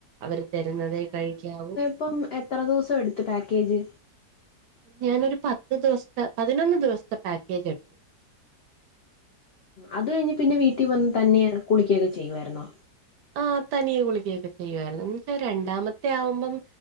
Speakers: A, on the right (about 75°); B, on the left (about 80°).
A: അവര് തരുന്നതേ കഴിക്കാവൂ.
B: ഇപ്പം എത്ര ദിവസം എടുത്ത് പാക്കേജ്?
A: ഞാനൊരു പത്ത് ദിവസത്തെ പതിനൊന്ന് ദിവസത്തെ പാക്കേജ് എടുത്തു.
B: അത് കഴിഞ്ഞ് പിന്നെ വീട്ടിൽ വന്ന് തന്നെ കുളിക്കുയൊക്കെ ചെയ്യുവായിരുന്നു.
A: ആഹ് തനിയെ കുളിക്കുയൊക്കെ ചെയ്യുവായിരുന്നു, എന്നുവെച്ചാൽ രണ്ടാമത്തെ ആവുമ്പം.